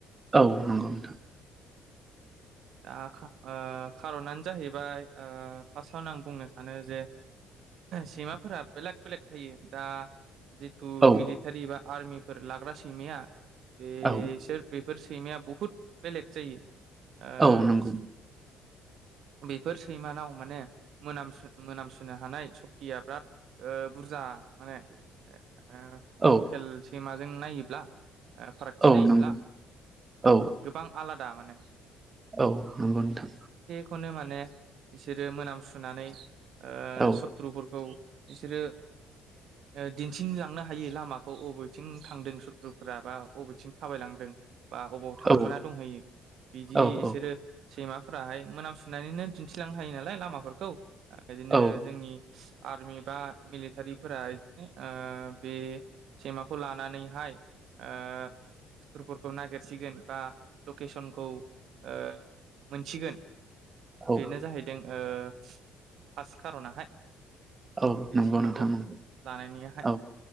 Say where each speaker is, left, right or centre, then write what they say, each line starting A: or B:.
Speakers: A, on the right; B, on the right.
A: औ नंगौ नोंथां
B: दा ओ खारनानो जाहैबाय ओ फार्स्टआवनो आं बुंनो सानो जे सैमाफोरा बेलेक बेलेक थायो दा जिथु
A: औ
B: मिलिटारि बा आर्मिफोर लाग्रा सैमाया बेसोर
A: औ
B: बे फोर सैमाया बुहुद बेलेग जायो ओ
A: औ नंगौ
B: बेफोर सैमानाव माने मोनामसु मोनामसुनो हानाय सक्तिया बिराद ओ बुरजा माने ओ
A: औ
B: लकेल सैमाजों नायोब्ला फारागथि
A: औ
B: नायोब्ला
A: नंगौ औ
B: गोबां आलादा माने
A: औ नंगौ नोंथां
B: खौनो माने बिसोरो मोनामसुनानै ओ
A: औ
B: सथ्रुफोरखौ बिसोरो ओ दिन्थिलांनो हायो हायै लामाखौ अबेथिं थांदों सुथ्रुफोरा बा अबेथिं थाबायलांदों बा अबाव थाखोमा
A: औ
B: दंहैयो बिदि
A: औ
B: बिसोरो
A: औ
B: सैमाफोराहाय मोनामसु सुनानैनो दिन्थिलांनो हायो नालाय लामाफोरखौ बिदिनो
A: औ
B: जोंनि आर्मि बा मिलिटारिफोरा बिदिनो ओ बे सैमाखौ लानानैहाय ओ सुथुरफोरखौ नागिरसिगोन बा लकेसनखौ ओ मोनसिगोन
A: औ
B: बेनो जाहैदों ओ फार्स्ट खारनाहाय
A: औ
B: बे
A: नंगौ
B: सैमाखौ
A: नोंथां नंगौ
B: लानायनियाहाय
A: औ